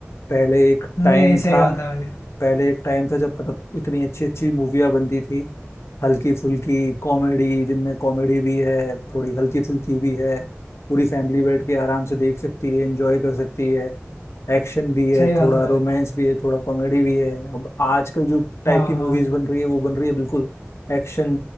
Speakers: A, on the left; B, on the left.
A: पहले एक
B: नहीं
A: टाइम
B: सही
A: था
B: बात है भाई
A: पहले एक टाइम था जब मतलब इतनी अच्छी अच्छी मूवियाँ बनती थी हल्की फुल्की कॉमेडी जिनमें कॉमेडी भी है थोड़ी हल्की फुल्की भी है पूरी फैमिली बैठ के आराम से देख सकती है एंजॉय कर सकती है एक्शन भी है
B: सही बात
A: थोड़ा
B: है भाई
A: रोमांस भी है थोड़ा कॉमेडी भी है अब आजकल जो टाइप
B: हाँ
A: की मूवीज
B: हाँ
A: बन रही है वो बन रही है बिल्कुल एक्शन